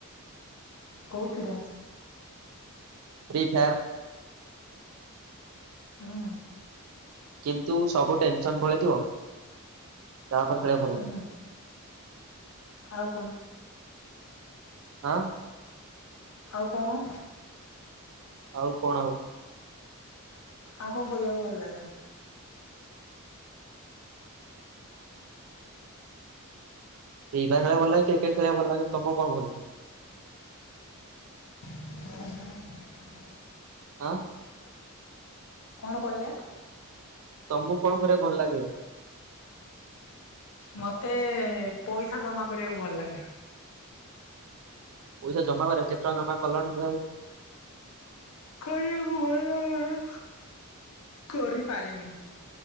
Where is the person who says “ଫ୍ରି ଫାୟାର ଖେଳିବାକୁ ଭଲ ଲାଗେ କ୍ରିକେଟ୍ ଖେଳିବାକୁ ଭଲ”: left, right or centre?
Right